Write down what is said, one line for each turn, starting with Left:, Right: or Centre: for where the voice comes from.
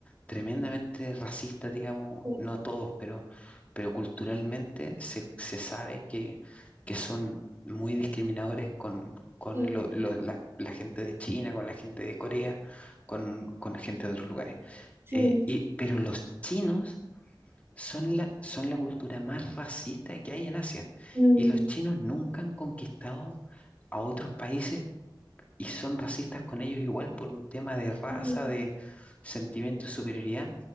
Left: tremendamente racistas, digamos,
Right: Sí,
Left: no todos, pero, pero culturalmente se, se sabe que, que son muy discriminadores con... con
Right: sí,
Left: lo- lo- la la gente de China, con la gente de Corea, con, con gente de otros lugares.
Right: Sí.
Left: Eh, y, pero los chinos son la, son la cultura más racista que hay en Asia.
Right: Mm,
Left: Y los chinos nunca han conquistado a otros países y son racistas con ellos igual por un tema de raza,
Right: mm,
Left: de sentimiento de superioridad,